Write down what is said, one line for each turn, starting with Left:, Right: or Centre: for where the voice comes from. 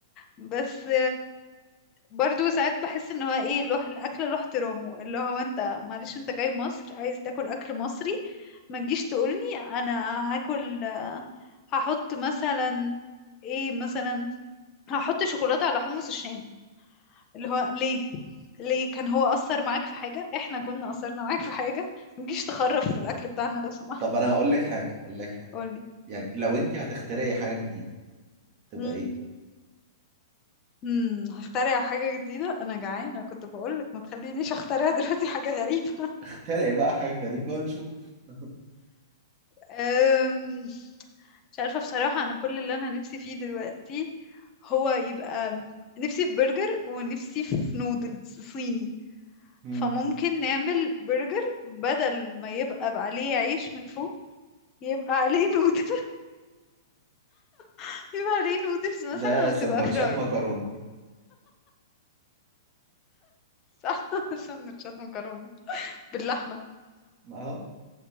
Left: بس برضو ساعات بحس ان هو ايه له الاكل له احترامه اللي هو انت معلش انت جاي مصر عايز تاكل اكل مصري ما تجيش تقولني انا هاكل آه، هحط مثلا ايه مثلا هحط شوكولاته على حمص الشام اللي هو ليه ليه كان هو اثر معاك في حاجه احنا كنا اثرنا معاك في حاجه ما تجيش تخرف في الاكل بتاعنا لو سمحت
Right: طب انا هقول لك حاجه هقول لك حاجه
Left: قولي
Right: يعني لو انت هتخترعي حاجه جديده تبقى
Left: امم
Right: ايه
Left: امم هخترع حاجه جديده انا جعانه كنت بقولك ما تخلينيش اخترع دلوقتي حاجه غريبه <laughs>
Right: تخترعي بقى حاجه غريبه ونشوف <laughs>
Left: أم، مش عارفة بصراحة أنا كل اللي أنا نفسي فيه دلوقتي هو يبقى نفسي في برجر ونفسي في نودلز صيني
Right: مم.
Left: فممكن نعمل برجر بدل ما يبقى عليه عيش من فوق يبقى عليه نودل <laughs> يبقى عليه نودلز مثلا
Right: ده
Left: وتبقى
Right: سندوتشات
Left: فرايد
Right: مكرونه دي
Left: صح <laughs> سندوتشات مكرونة باللحمة
Right: اهو